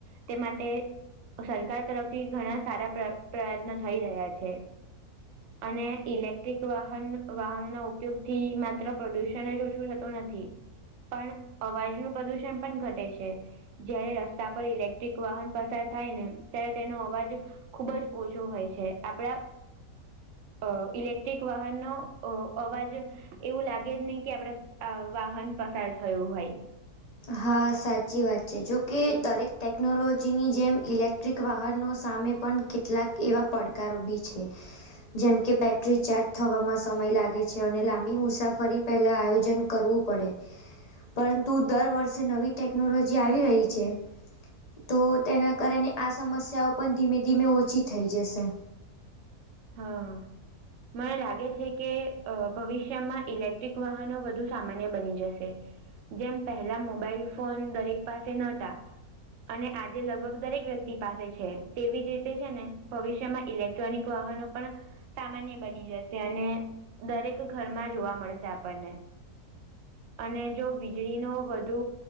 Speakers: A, on the right; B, on the left.
A: તે માટે સરકાર તરફથી ઘણા સારા પ્ર પ્રયત્નો થઈ રહ્યા છે અને ઇલેક્ટ્રિક વાહન વાહનો ના ઉપયોગ થી માત્ર પ્રદુષણ જ ઓછું થતું નથી પણ અવાજનું પ્રદુષણ પણ ઘટે છે જયારે રસ્તા પર ઇલેક્ટ્રિક વાહન પસાર થાય ને ત્યારે તેનો અવાજ ખુબ જ ઓછો હોય છે આપણા અ ઇલેક્ટ્રિક વાહનનો અ અવાજ એવું લાગે જ નહી કે આપડે વાહન પસાર થયું હોય
B: હા સાચી વાત છે જોકે દરેક ટેકનોલોજીની જેમ ઇલેક્ટ્રિક વાહનો સામે પણ કેટલાક એવા પડકારો બી છે જેમકે બેટરી ચાર્જ થવામાં સમય લાગે છે અને લાંબી મુસાફરી પહેલા આયોજન કરવું પડે પરંતુ દર વર્ષે પાસે નવી ટેકનોલોજી આવી રહી છે તો તેના કારણે આ સમસ્યાઓ પણ ધીમે ધીમે ઓછી થઈ જશે
A: હા મને લાગે છે કે ભવિષ્યમાં ઇલેક્ટ્રિક વાહનો વધુ સામાન્ય બની જશે જેમ પહેલા મોબાઈલ ફોન દરેક પાસે ન હતા અને આજે લગભગ દરેક વ્યક્તિ પાસે છે તેવી જ રીતે છે ને ભવિષ્યમાં ઇલેક્ટ્રોનિક વાહનો પણ સામાન્ય બની જશે અને દરેક ઘરમાં જોવા મળશે આપણને <unintelligible> અને જો વીજળીનો વધુ